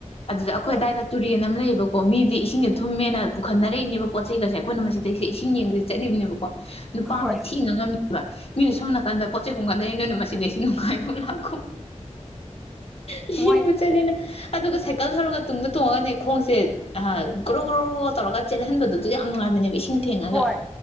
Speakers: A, on the left (about 55°); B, in the centre.
A: ꯑꯗꯨꯗ ꯑꯩꯈꯣꯏ
B: ꯍꯣꯏ
A: ꯑꯗꯥꯋꯥꯏꯗ ꯇꯨꯔꯦꯟ ꯑꯃ ꯂꯩꯌꯦꯕꯀꯣ ꯃꯤꯗꯤ ꯏꯁꯤꯡꯁꯦ ꯊꯨꯝꯃꯦꯅ ꯄꯨ ꯈꯟꯅꯔꯛꯏꯅꯦꯕ ꯄꯣꯠ ꯆꯩꯩꯒꯁꯦ ꯑꯩꯈꯣꯏꯅ ꯃꯁꯤꯗꯩꯁꯦ ꯏꯁꯤꯡ ꯌꯦꯡꯕꯕꯁꯤꯦ ꯆꯠꯂꯤꯕꯅꯦꯕꯀꯣ ꯅꯨꯄꯥ ꯑꯃꯅ
B: ꯍꯣꯏ
A: ꯊꯤꯅ ꯉꯥꯉꯝ ꯕ ꯃꯤꯅ ꯁꯣꯝ ꯅꯥꯀꯟꯗ ꯄꯣꯠ ꯆꯩꯩ ꯈꯣꯡ ꯀꯟꯗꯩ ꯅꯣꯏꯅ ꯃꯁꯤꯗꯤ ꯑꯩ ꯁꯤ ꯅꯨꯡꯉꯥꯏꯒꯨꯝ ꯂꯥꯛꯀꯣ ꯏ
B: ꯃꯣꯏ
A: ꯆꯅꯤꯅ ꯑꯗꯨꯒ ꯁꯥꯏꯀꯜ ꯊꯧꯔꯒ ꯇꯨꯡꯗ ꯇꯣꯡꯉꯒꯅꯦ ꯈꯣꯡꯁꯦ ꯑ ꯒ꯭ꯔꯣ ꯒ꯭ꯔꯣ ꯇꯧꯔꯒ ꯆꯦꯜꯍꯟꯕꯗꯨ ꯌꯥꯝ ꯅꯨꯡꯉꯥꯏꯕꯅꯦꯕ ꯏꯁꯤꯡ ꯊꯦꯡꯉꯒ
B: ꯍꯣꯏ